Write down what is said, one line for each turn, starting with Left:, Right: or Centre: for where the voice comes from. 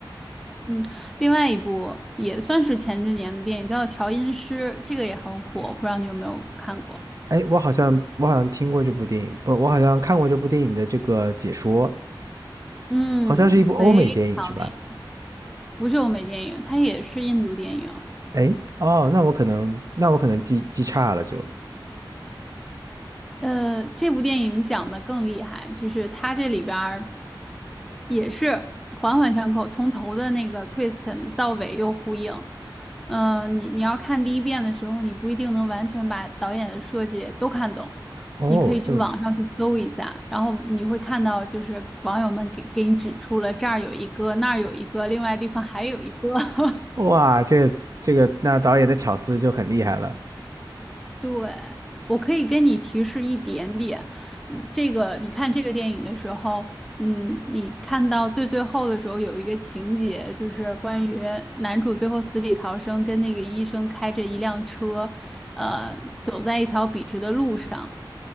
Centre: 嗯，另外一部也算是前几年的电影，叫《调音师》，这个也很火，不知道你有没有看过？
Right: 哎，我好像我好像听过这部电影，不，我好像看过这部电影的这个解说，
Centre: 嗯，
Right: 好像是一部欧美电影是吧？
Centre: 非常厉害，不是欧美电影，它也是印度电影。
Right: 哎，哦，那我可能那我可能记记差了就，
Centre: 呃，这部电影讲的更厉害，就是它这里边儿也是环环相扣，从头的那个 twist 到尾又呼应。嗯、呃你你要看第一遍的时候，你不一定能完全把导演的设计都看懂，
Right: 哦，
Centre: 你可以去网上去搜一下，
Right: 这么厉害，
Centre: 然后你会看到就是网友们给给你指出了这儿有一个，那儿有一个，另外地方还有一个。<laughs>
Right: 哇，这这个那导演的巧思就很厉害了，
Centre: 对，我可以跟你提示一点点。嗯这个你看这个电影的时候，嗯，你看到最最后的时候有一个情节，就是关于男主最后死里逃生，跟那个医生开着一辆车，呃，走在一条笔直的路上。